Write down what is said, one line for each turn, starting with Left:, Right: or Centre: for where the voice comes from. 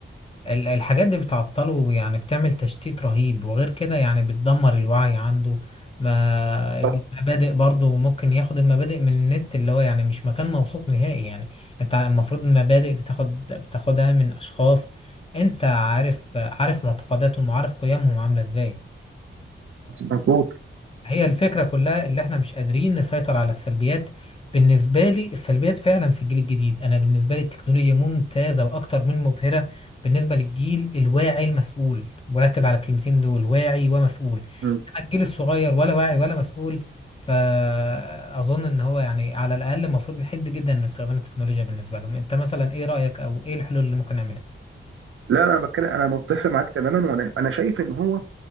Left: ال- الحاجات دي بتعطله يعني بتعمل تشتيت رهيب وغير كده يعني بتدمر الوعي عنده ما
Right: صح
Left: المبادئ برضه ممكن ياخد المبادئ من النت اللي هو يعني مش مكان موثوق نهائي يعني انت المفروض المبادئ بتاخد بتاخدها من اشخاص انت عارف عارف معتقداتهم وعارف قيمهم عاملة ازاي
Right: مظبوط
Left: هي الفكرة كلها اللي احنا مش قادرين نسيطر على السلبيات بالنسبة لي السلبيات فعلا في الجيل الجديد انا بالنسبة لي التكنولوجيا ممتازة واكتر من مبهرة بالنسبة للجيل الواعي المسؤول وركز على الكلمتين دول واعي ومسؤول
Right: مم.
Left: اما الجيل الصغير ولا واعي ولا مسؤول فأظن ان هو يعني على الاقل المفروض نحد جدا من استخدام التكنولوجيا بالنسبة لهم انت مثلا ايه رأيك او ايه الحلول اللي ممكن نعملها
Right: لا أنا بتكلم أنا متفق معاك تماما وأنا أنا شايف إن هو